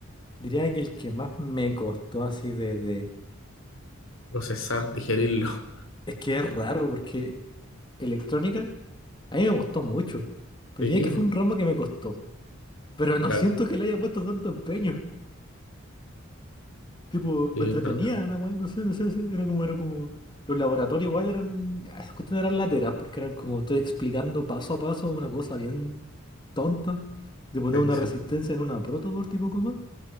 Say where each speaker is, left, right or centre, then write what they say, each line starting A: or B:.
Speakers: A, on the left (about 20°); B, on the left (about 70°).
A: diría que el que más me costó así de, de,
B: Procesar, digerirlo.
A: eh,
B: <laughs>
A: es que es raro porque electrónica. A mí me gustó mucho, pero
B: Sí,
A: diría que
B: po.
A: fue un ramo que me costó. Pero no
B: claro.
A: siento que le haya puesto tanto empeño. Tipo,
B: Sí,
A: me entretenía
B: es verdad.
A: la weá, no sé, no sé, no sé, era como, era como. Los laboratorios igual eran. ya, Esas cuestiones eran lateras, porque eran como estoy explicando paso a paso una cosa bien tonta, de poner
B: Sí,
A: una
B: sí.
A: resistencia en una protoboard tipo coma.